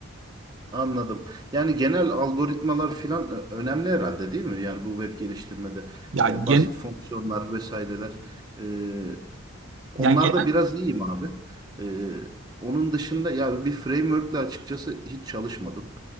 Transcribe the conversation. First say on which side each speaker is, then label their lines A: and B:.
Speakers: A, on the right; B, on the right.
A: anladım. Yani genel algoritmalar filan ö- önemli herhalde değil mi? Yani bu web geliştirmede
B: Yani
A: e,
B: gen,
A: basit fonksiyonlar vesaireler e, Onlar
B: yani genel
A: da biraz iyiyim abi. Ee, onun dışında ya bir framework'le açıkçası hiç çalışmadım.